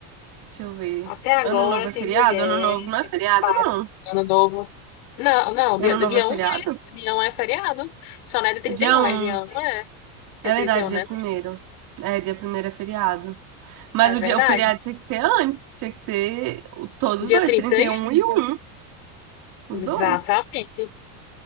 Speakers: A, on the right; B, on the left.
A: Deixa eu ver.
B: Até agora
A: Ano novo é
B: tem
A: feriado?
B: mulher,
A: Ano novo não
B: tem
A: é feriado,
B: dos pais,
A: não.
B: ano novo. Não, não, dia,
A: Ano
B: dia
A: novo é feriado?
B: 1 é. Dia um é feriado. Só não é dia 31,
A: É Dia
B: mas
A: um
B: dia um é. Dia
A: É
B: 31,
A: verdade,
B: né?
A: dia primeiro É, dia primeiro é feriado. Mas
B: É verdade.
A: o dia, o feriado tinha que ser antes. Tinha que ser o- todos
B: Dia
A: os dois,
B: 30
A: trinta e um e um Os
B: Exatamente.
A: dois.